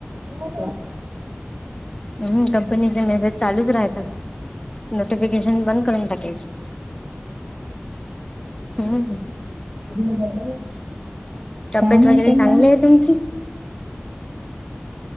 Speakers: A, on the right; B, on the left.
A: हो हो
B: हम्म कंपनीच्या मेसेज चालूच राहता नोटिफिकेशन बंद करून टाकायचे हम्म
A: त झा
B: तब्येत
A: काम
B: वगैरे
A: हा
B: चांगली आहे तुमची